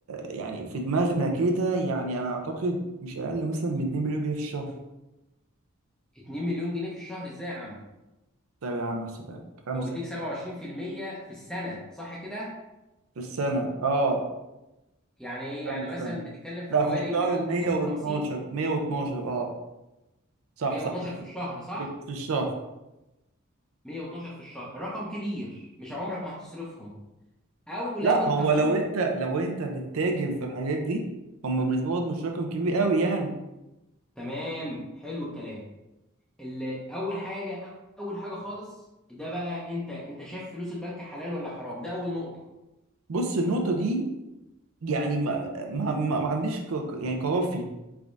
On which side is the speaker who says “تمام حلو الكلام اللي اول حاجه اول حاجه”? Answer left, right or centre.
Centre